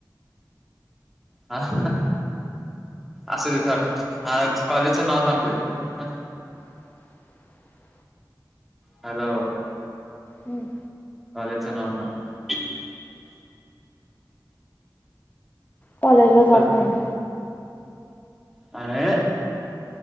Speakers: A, in the centre; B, on the left.
A: हा. असं वि आ कॉलेजचं नाव सांग तुझ्या.
B: <unintelligible>
A: हॅलो!
B: हम्म.
A: कॉलेजचं नाव सांग.
B: कॉलेजला जात
A: अे...
B: नाही मी
A: अ